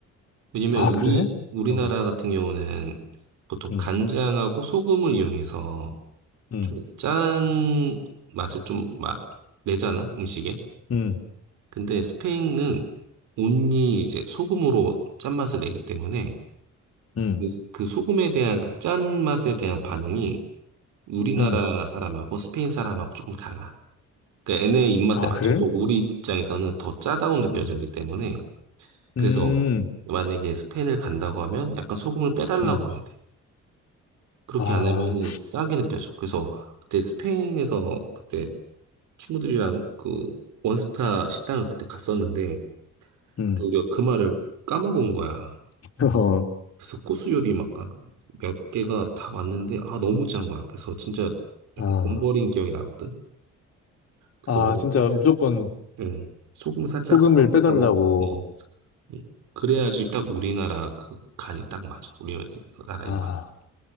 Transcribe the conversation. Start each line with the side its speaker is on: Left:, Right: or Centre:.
Right: 왜냐면
Left: 아,
Right: 우리
Left: 그래?
Right: 우리나라
Left: 어,
Right: 같은 경우는 보통
Left: 음,
Right: 간장하고 소금을 이용해서
Left: 음,
Right: 좀 짠 맛을 좀 마, 내잖아 음식에.
Left: 음,
Right: 근데 스페인은 온리 이제 소금으로 짠맛을 내기 때문에
Left: 음,
Right: 그, 그 소금에 대한 그 짠맛에 대한 반응이 우리나라
Left: 음.
Right: 사람하고 스페인 사람하고 조금 달라. 그러니까 얘네 입맛에
Left: 아,
Right: 맞춰도
Left: 그래?
Right: 우리 입장에서는 더 짜다고 느껴지기
Left: 음,
Right: 때문에 그래서
Left: 음,
Right: 만약에 스페인을 간다고 하면 약간 소금을 빼달라고
Left: 음.
Right: 해야 돼. 그렇게
Left: 아,
Right: 안 하면은 짜게 느껴져. 그래서 그때 스페인에서 그때 친구들이랑 그 원스타 식당을 그때 갔었는데
Left: 음.
Right: 그때 우리가 그 말을 까먹은 거야.
Left: <laughs> 어,
Right: 그래서 코스 요리 막몇 개가 다 왔는데 아 너무 짠 거야. 그래서 진짜
Left: 아,
Right: 약간 돈 버린 기억이 나거든. 그래서
Left: 아,
Right: 만약에
Left: 진짜
Right: 스-
Left: 무조건
Right: 응, 소금 살짝
Left: 소금을
Right: 해달라고
Left: 빼달라고.
Right: 어 응. 그래야지 딱 우리나라 그 간이 딱 맞아. 우리나라
Left: 아.
Right: 입맛.